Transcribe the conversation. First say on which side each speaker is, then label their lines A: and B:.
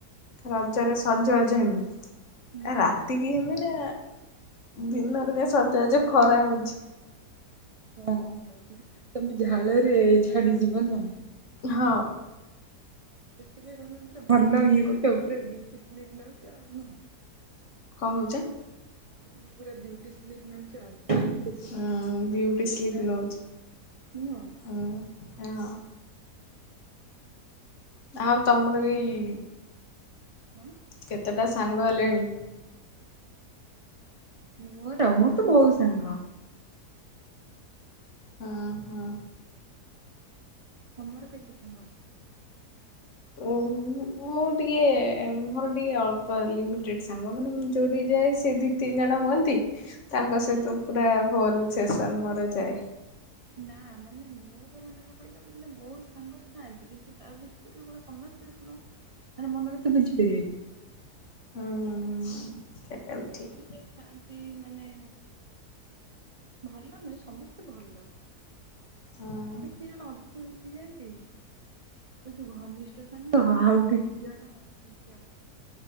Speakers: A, on the left; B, on the right.
A: ରଜରେ ସଜବାଜ ହେମି
B: ହୁଁ
A: ଆ ରାତି କିି ହେମି ନା। ଦିନରୁ
B: ଓହୋ
A: କାଇଁ
B: ପୁରା
A: ସଜା ସଜ ଖରା ହଉଛି।
B: ହଁ ହୋ ତମେ ଝାଳରେ ଛାଡିଯିବନ।
A: ହଁ।
B: ସେପାଇ କମେ ଭଲ ଇଏ କରୁଛ ଉପରେଉଛ ଆଉହଁ।
A: କଣ କହୁଛ?
B: ତ ପୁରା ଡୁଟି ସ୍ଲିପ୍ ନଉଛ ଆଉ। ସେଥିପାଇଁ
A: ହଁ ବୁଟି
B: ଶୋଇ ପଇଲା
A: ସ୍ଲିପ ନଉଛି
B: ନୁହଁ।
A: ହଁ ହଁ। ଆଉ ତମର ଏଇ
B: ହଁ
A: କେତେଟା ସାଙ୍ଗ ହେଲେଣି?
B: ମୋର ମୋର ତ ବହୁତ ସାଙ୍ଗ।
A: ହଁ ହଁ।
B: ତମର କେତେ ସାଙ୍ଗ?
A: ଓ ମୁଁ ଟିକେ ମୋର ଟିକେ ଅଳ୍ପ ଲିମିଟେ ସାଙ୍ଗ ମାନେ ମୁଁ ଯୋଡି ଯାଏ ସେ ତିନି ଜଣ ହୁଅନ୍ତି ତାଙ୍କ
B: ହୁଁ
A: ସହିତ ପୁରା ହୋଲ ସେସନ ମୋର ଯାଏ।
B: ନା ମାନେ ମୋର ମାନେଙ୍କୁ କହିଲ ମାନେ ବହୁତ ସାଙ୍ଗ ଥାଆନ୍ତି କିନ୍ତୁ ତା ସମସ୍ତ ମଲେ ମନ କଥା ବୁଞ୍ଚି ପାରିବେ କି
A: ହୁଁ ହୁଁ। ସେଟା
B: ତ
A: ବି
B: କିଛି
A: ଠିକ୍
B: ତ ଖାନ୍ତି ମାନେ। ଭଲ ନୁହେଁ ସମସ୍ତେ ଭଲ
A: ହୁଁ
B: କିଛି ଜଣ ଅ <unintelligible> ଆସିି ଯାଆନ୍ତିନି। ସେ ଯୋଉ ଘନିଷ୍ଠ ସାଙ୍ଗ ଆଉ କିଛି ଜଣ ଏମିତି ଆଉ।